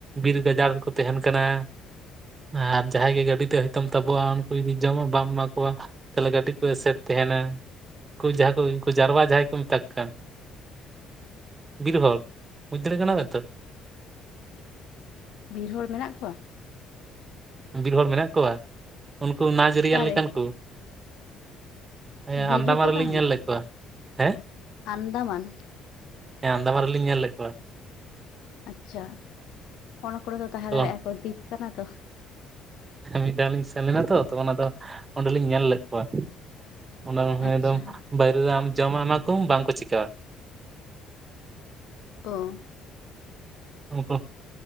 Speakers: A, on the right (about 35°); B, on the left (about 75°).
A: ᱵᱤᱨ ᱜᱟᱡᱟᱲ ᱨᱮᱠᱚ ᱛᱟᱦᱮᱱ ᱠᱟᱱᱟ᱾ ᱟᱨ ᱡᱟᱦᱟᱸᱭ ᱜᱮ ᱜᱟᱹᱰᱤ ᱛᱮ ᱦᱚᱭᱛᱚᱢ ᱛᱟᱵᱚᱜᱼᱟ᱾ ᱩᱱᱠᱩ ᱡᱩᱫᱤ ᱡᱚᱢᱟᱜ ᱵᱟᱢ ᱮᱢᱟ ᱠᱚᱣᱟ᱾ ᱛᱟᱦᱚᱞᱮ ᱜᱟᱹᱰᱤ ᱠᱚ ᱮᱥᱮᱨ ᱛᱟᱦᱮᱱᱟ᱾ ᱩᱱ ᱡᱟᱦᱟᱸ ᱠᱚ ᱩᱱᱠᱩ ᱡᱟᱨᱣᱟ, ᱡᱟᱦᱟᱸᱭ ᱠᱚ ᱢᱮᱛᱟᱜ ᱠᱟᱱ᱾ ᱵᱤᱨ ᱦᱚᱲ! ᱵᱩᱡᱽ ᱫᱟᱲᱮ ᱠᱟᱱᱟᱣ ᱛᱚ?
B: ᱵᱤᱨ ᱦᱚᱲ ᱢᱮᱱᱟᱜ ᱠᱚᱣᱟ?
A: ᱵᱤᱨ ᱦᱚᱲ ᱢᱮᱱᱟᱜ ᱠᱚᱣᱟ᱾ ᱩᱱᱠᱩ ᱱᱟᱡᱽᱟᱹᱨᱤᱭᱟᱱ
B: ᱚᱠᱟᱨᱮ
A: ᱞᱮᱠᱟᱱ ᱠᱚ᱾ ᱦᱮᱸ
B: ᱵᱤᱨ
A: ᱟᱱᱫᱟᱢᱟ
B: ᱨᱮᱠᱚ
A: ᱨᱮᱞᱤᱧ
B: ᱛᱟᱦᱮᱱᱟ
A: ᱧᱮᱞ ᱞᱮᱫ ᱠᱚᱣᱟ᱾ ᱦᱮᱸ,
B: ᱟᱱᱫᱟᱢᱟᱱ
A: ᱦᱮᱸ ᱟᱫᱟᱢᱟᱱ ᱨᱮᱞᱤᱧ ᱧᱮᱞ ᱞᱮᱫ ᱠᱚᱣᱟ᱾
B: ᱟᱪᱪᱷᱟ, ᱚᱱᱟ ᱠᱚᱨᱮ ᱫᱚ ᱛᱟᱦᱮᱸ
A: ᱛᱚ
B: ᱫᱟᱲᱮᱭᱟᱜᱼᱟ ᱠᱚ᱾ ᱫᱤᱯ ᱠᱟᱱᱟ ᱛᱚ᱾
A: ᱢᱤᱫ ᱫᱷᱟᱣ ᱞᱤᱧ ᱥᱮᱱ ᱞᱮᱱᱟ ᱛᱚ᱾ ᱚᱱᱟ ᱫᱚ ᱚᱸᱰᱮᱞᱤᱧ ᱧᱮᱞ ᱞᱮᱫ ᱠᱚᱣᱟ᱾ ᱚᱱᱟ
B: ᱟᱪᱪᱷᱟ
A: ᱮᱠᱫᱚᱢ ᱵᱟᱭᱨᱮ ᱨᱮ ᱡᱚᱢᱟᱜ ᱮᱢᱟ ᱠᱚᱢ ᱵᱟᱝ ᱠᱚ ᱪᱤᱠᱟᱹᱣᱟ᱾
B: ᱚᱸᱻ
A: ᱩᱱᱠᱩ